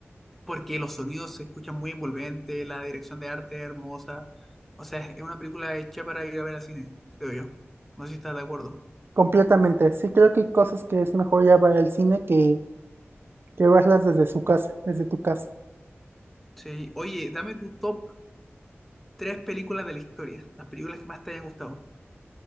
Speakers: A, in the centre; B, on the right.
A: Porque los sonidos se escuchan muy envolventes, la dirección de arte es hermosa. O sea, es una película hecha para ir a ver al cine, creo yo. No sé si estás de acuerdo.
B: completamente. Sí creo que hay cosas que es mejor ir a ver al cine que, que verlas desde su casa, desde tu casa.
A: Sí. Oye, dame tu top tres películas de la historia. Las películas que más te hayan gustado.